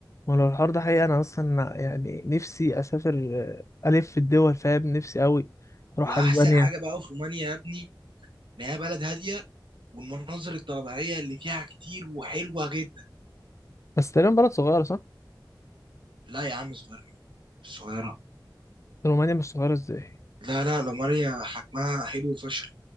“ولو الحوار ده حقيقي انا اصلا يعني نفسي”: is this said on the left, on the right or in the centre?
Left